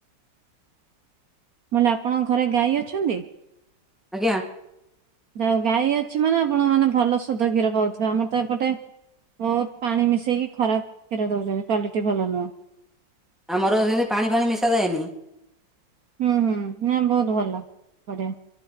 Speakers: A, on the right (about 55°); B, in the centre.
A: ମୁଁ କଇଲି ଆପଣଙ୍କ ଘରେ ଗାଈ ଅଛନ୍ତି?
B: ଆଜ୍ଞା।
A: ଯା ହଉ ଗାଈ ଅଛି ମାନେ ଆପଣ ମାନେ ଭଲ ସୁଧ କ୍ଷୀର ପାଉଥିବେ। ଆମର ତ ଏପଟେ ବହୁତ ପାଣି ମିଶେଇକି ଖରାପ କ୍ଷୀର ଦଉଚନ୍ତି କ୍ଵାଲିଟି ଭଲ ନୁହଁ।
B: ଆମର ସେମିତି ପାଣି ଫାଣି ମିଶା ଯାଏନି।
A: ହୁଁ, ହୁଁ ନା ବହୁତ ଭଲ ବଢିଆ।